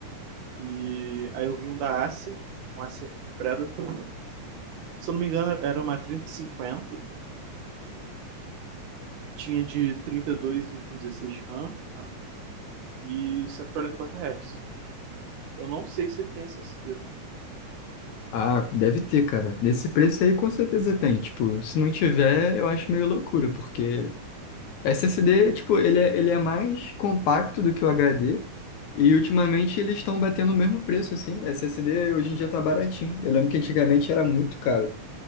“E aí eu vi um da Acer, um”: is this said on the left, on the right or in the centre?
Right